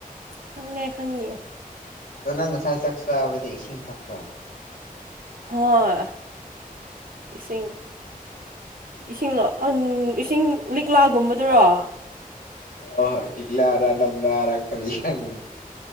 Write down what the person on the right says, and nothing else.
ꯈꯪꯉꯦ ꯈꯪꯉꯦ
ꯍꯣꯏ ꯏꯁꯤꯡ ꯏꯁꯤꯡꯂꯣ ꯑꯟ ꯏꯁꯤꯡ ꯂꯤꯛ ꯀ꯭ꯂꯥꯒꯨꯝꯕꯗꯨꯔꯣ